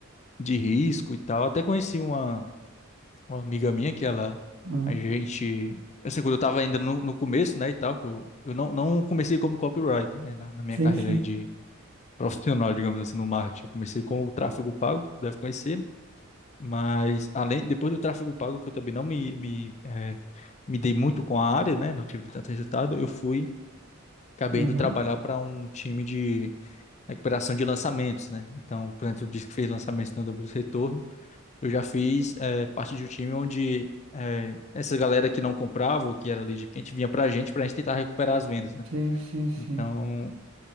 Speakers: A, on the left (about 35°); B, on the right (about 75°).
A: de risco e tal. Até conheci uma, uma amiga minha que ela,
B: Uhum.
A: a gente, assim, quando eu tava ainda no, no começo, né, e tal, que eu, eu não, não comecei como copywriter, né, na, na minha
B: Sim,
A: carreira
B: sim.
A: aí de profissional, digamos assim, no marketing. Eu comecei com o tráfego pago, deve conhecer, mas além, depois do tráfego pago, que eu também não me, me, eh, me dei muito com a área, né? Não tive tanto resultado, eu fui acabei
B: Uhum.
A: indo trabalhar para um time de recuperação de lançamentos, né? Então, por exemplo, disse que fez lançamentos no dobro do retorno. Eu já fiz eh, parte de um time onde eh, essa galera que não comprava, ou que era lead quente, vinha para a gente, para a gente tentar recuperar as vendas, né?
B: Sim, sim, sim.
A: Então,